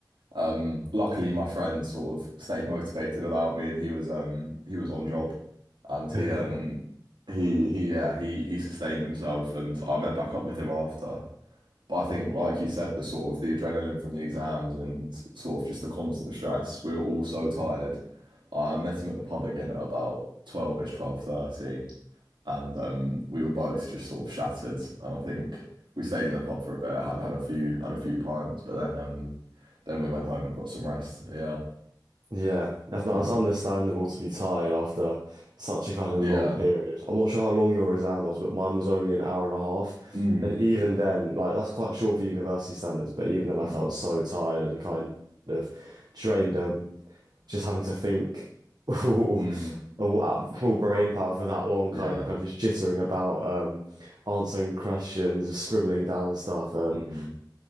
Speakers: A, on the right; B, on the right.
A: um, luckily, my friend sort of stayed motivated without me, and he was um he was on job, and he
B: <laughs>
A: um he he yeah he he sustained himself, and I met back up with him after. But I think, like you said, the sort of the adrenaline from the exams and sort of just the constant stress, we were all so tired. I met him at the pub again at about 12-ish, 12:30, and um, we were both just sort of shattered. And I think we stayed in the pub for a bit, had had a few had a few pints, but then um, then we went home and got some rest. Yeah,
B: Yeah, that's no,
A: mm.
B: that's understandable to be tired after such a kind of
A: yeah,
B: long period. I'm not sure how long your exam was, but mine was only an hour and a half.
A: mm.
B: And even then, like that's quite short for university standards, but even then
A: Mm.
B: I felt so tired and kind of drained um just having to think <laughs> all,
A: Mm.
B: all at full brain power for that long,
A: yeah,
B: kind of kind of just jittering about um answering questions, just scribbling down stuff. Um
A: mm.